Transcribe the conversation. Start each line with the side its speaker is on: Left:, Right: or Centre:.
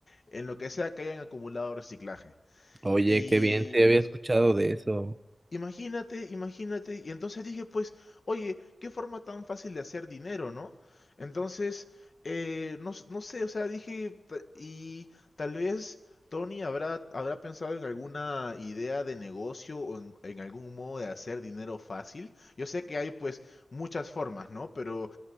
Left: en lo que sea que hayan acumulado reciclaje.
Right: Oye,
Left: Y
Right: qué bien, sí había escuchado de eso.
Left: Imagínate, imagínate. Y entonces dije, pues, oye, qué forma tan fácil de hacer dinero, ¿no? Entonces, eh, no, s- no sé, o sea, dije, "Ta- y tal vez Tony habrá, habrá pensado en alguna idea de negocio o en, en algún modo de hacer dinero fácil. Yo sé que hay, pues, muchas formas, ¿no? Pero